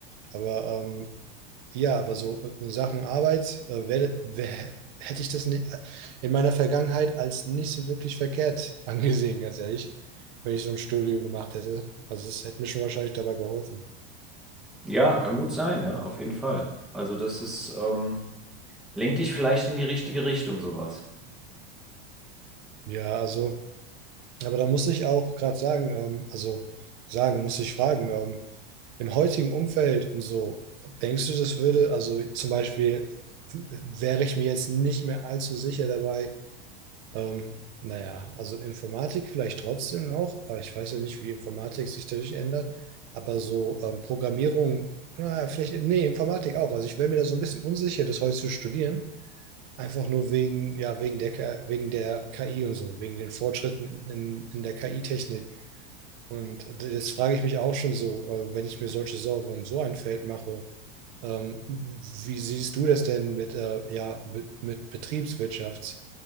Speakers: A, on the right; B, in the centre.
A: Aber ähm, ja, aber so äh, Sachen Arbeit, äh, wär, wär, hätte ich das nicht in meiner Vergangenheit als nicht so wirklich verkehrt <laughs> angesehen, ganz ehrlich, wenn ich so ein Studium gemacht hätte. Also es hätte mir schon wahrscheinlich dabei geholfen.
B: Ja, kann gut sein, ja, auf jeden Fall. Also das ist ähm, Lenkt dich vielleicht in die richtige Richtung, sowas.
A: Ja, also, aber da muss ich auch gerade sagen, ähm, also sagen, muss ich fragen, ähm, im heutigen Umfeld und so, denkst du, das würde, also zum Beispiel, wäre ich mir jetzt nicht mehr allzu sicher dabei, Ähm, naja, also Informatik vielleicht trotzdem noch, aber ich weiß ja nicht, wie Informatik sich dadurch ändert. Aber so ähm, Programmierung, naja, vielleicht, nee, Informatik auch. Also ich wäre mir da so ein bisschen unsicher, das heute zu studieren. Einfach nur wegen, ja, wegen der, K- wegen der KI und so, wegen den Fortschritten in, in, in der KI-Technik. Und jetzt frage ich mich auch schon so, äh, wenn ich mir solche Sorgen um so ein Feld mache, ähm, wie siehst du das denn mit, äh, ja, mit, mit Betriebswirtschaft?